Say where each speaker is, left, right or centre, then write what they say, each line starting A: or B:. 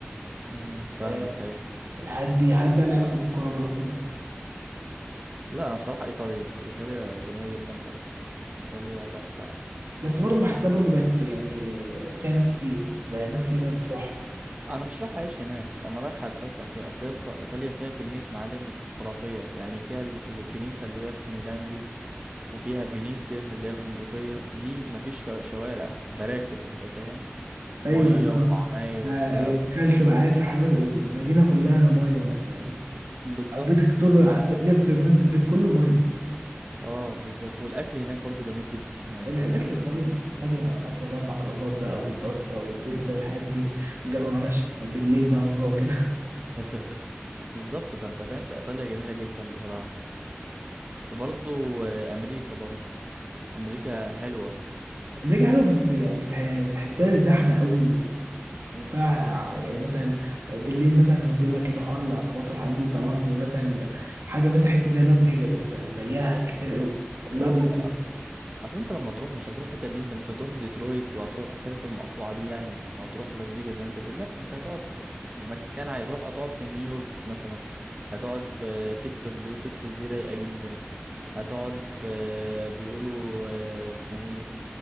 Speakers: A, on the right (about 30°); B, on the right (about 75°).
A: امم فاهمك
B: آه،
A: ايوه
B: الحاجات دي حاجات بقى لها علاقه بالكوره بقى وكده
A: لا انا بصراحة ايطاليا ايطاليا جميلة جدا برضو ايطاليا تحفة يعني.
B: بس برضه بحسها برضه بقت يعني فيها ناس كتير بقى ناس كتير بقى بتروح
A: انا مش رايح اعيش هناك انا رايح اتفسح فيها اصل يا اسطى ايطاليا فيها كميه معالم خرافيه يعني فيها ال- الكنيسه اللي هي في ميلان دي وفيها فينيسيا اللي هي البندقيه دي مفيش شو- شوارع براكب انت فاهم ميه
B: ايوه اه
A: وعماير وبتاع
B: آه، يعني تخيل تبقى قاعد في حي- مدينه كلها ميه مثلا
A: بالظبط
B: او بيتك طول الع- تنام في مثلا البيت كله ميه
A: اه بالظبط والاكل هناك برضو جميل جدا يعني
B: لا
A: انت هناك
B: الاكل
A: تاكل
B: ايطاليا في ايطاليا الاكل بقى المكرونات بقى والباستا والبيتزا والحاجات دي الجو
A: مم.
B: هنا بالليل بقى هنجوع كده
A: <laughs> بالظبط فانت فاهم في ايطاليا جميله جدا بصراحه وبرضو آه، امريكا برضو امريكا حلوه
B: أمريكا حلوة بس يعني تح- تحسها زحمة قوي و... وفيها ع- يعني مثلا بالليل مثلا بيقول لك الحوار العصابات والحاجات دي طبعا ومثلا حاجة مثلا حتة زي لاس فيجاس مثلا مليانة حاجات كتير قوي كلها
A: آه، يا
B: بلطجة
A: معلم اصل انت لما تروح مش هتروح الحتت دي انت مش هتروح ديترويت وهتروح الحتت المقطوعه دي يعني وهتروح لاس فيجاس زي ما انت تقول لا انت هتقعد في, في مكان عادي هتروح هتقعد في نيويورك مثلا هتقعد في تكساس بيقولوا تكساس دي رايقه جدا هتقعد في بيقولوا آه، اسمها ايه دي